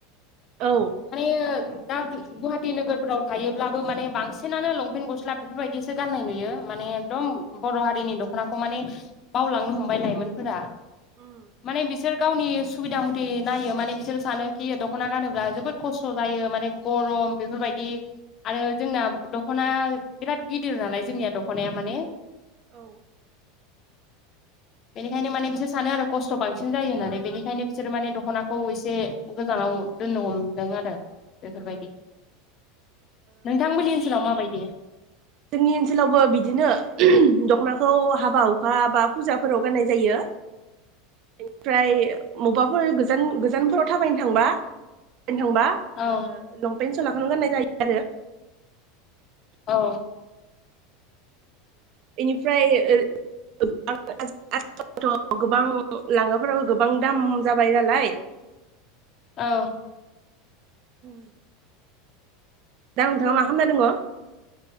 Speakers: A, on the right (about 45°); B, on the left (about 35°).
A: औ
B: माने ओ दा गुवाहाटि नोगोरफ्राव थायोब्लाबो माने बांसिनानो लंपेन्ट गस्ला बेफोरबायदिसो गाननाय नुयो माने एकदम बर' हारिनि दख'नाखौ माने बावलांनो हमबाय लाइमोनफोरा।
A: उम
B: माने बिसोर गावनि सुबिदा मथे नायो माने बिसोर सानोखि दख'ना गानोब्ला जोबोद खस्थ' जायो माने गरम बेफोरबायदि आरो जोंना दख'ना बिराद गिदिर नालाय जोंनिया दख'नाया माने
A: औ
B: बेनिखायनो माने बिसोर सानो आरो खस्थ' बांसिन जायो होननानै बेनिखायनो बिसोरो माने दख'नाखौ एसे गोजान नाव दोननो हम जों आरो
A: उम
B: बेफोरबायदि। नोंथांमोननि ओनसोलाव माबायदि?
A: जोंनि ओनसोलावबो बिदिनो दख'नाखौ हाबा हुखा बा फुजाफोराव गाननाय जायो। बेनिफ्राय मबाफोर गोजान गोजानफोराव थाबायनो थांबा थांबा
B: ओ
A: लंपेन सलाखौनो गाननाय जायो आरो
B: औ
A: इनिफ्राय <unintelligible> आथिखालावथ' गोबां लांगाफोराबो गोबां दाम जाबाय नालाय <unintelligible>
B: औ
A: ह दा नोंथाङा मा खालामना दङ।